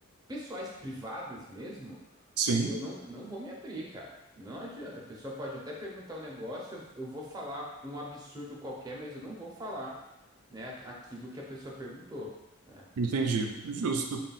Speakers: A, on the right; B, on the right.
A: pessoais privadas mesmo,
B: Sim.
A: eu não, não vou me abrir, cara. Não adianta. A pessoa pode até perguntar um negócio, eu, eu vou falar um absurdo qualquer, mas eu não vou falar, né, aqu- aquilo que a pessoa perguntou, né?
B: Entendi. Justo.